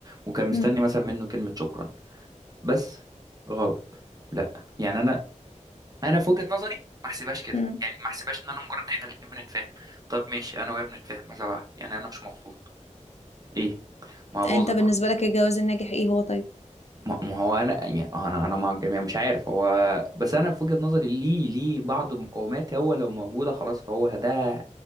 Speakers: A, on the right (about 30°); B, on the left (about 60°).
A: وكان مستني
B: مم.
A: مثلا منه كلمه شكرا بس غلط لا يعني انا انا في وجهة نظري ما احسبهاش كده
B: مم.
A: يعني ما احسبهاش ان انا مجرد ان احنا الاتنين بنتفاهم طب ماشي انا وهي بنتفاهم ماذا بعد يعني انا مش مبسوط ايه ما هو
B: انت
A: باظت
B: بالنسبه
A: برضه
B: لك الجواز الناجح ايه هو طيب
A: ما ما هو انا يعني آه، انا انا مع الجميع مش عارف هو بس انا في وجهة نظري ليه ليه بعض المقومات هو لو موجودة خلاص فهو ده